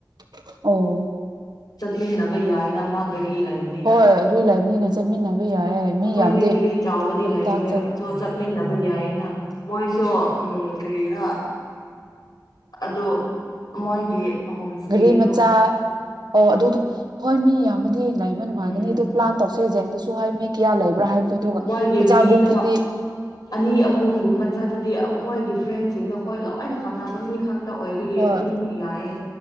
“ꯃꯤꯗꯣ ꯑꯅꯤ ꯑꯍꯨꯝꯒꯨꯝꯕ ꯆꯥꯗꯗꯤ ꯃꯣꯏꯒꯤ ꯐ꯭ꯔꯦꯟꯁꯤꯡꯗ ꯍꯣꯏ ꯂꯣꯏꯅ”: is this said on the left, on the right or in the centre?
Left